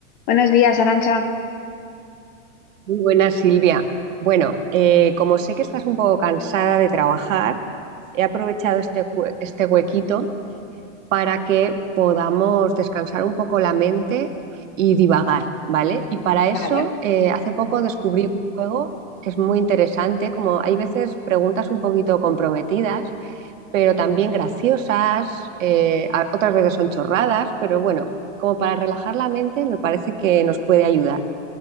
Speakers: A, on the left; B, on the right.
A: Buenos días, Arancha.
B: Muy buena, Silvia. Bueno, eh, como sé que estás un poco cansada de trabajar, he aprovechado este, hue- este huequito para que podamos descansar un poco la mente y divagar, ¿vale? Y para
A: Vale,
B: eso, eh, hace poco descubrí un juego que es muy interesante, como hay veces preguntas un poquito comprometidas, pero también graciosas, eh, a- otras veces son chorradas, pero bueno, como para relajar la mente me parece que nos puede ayudar.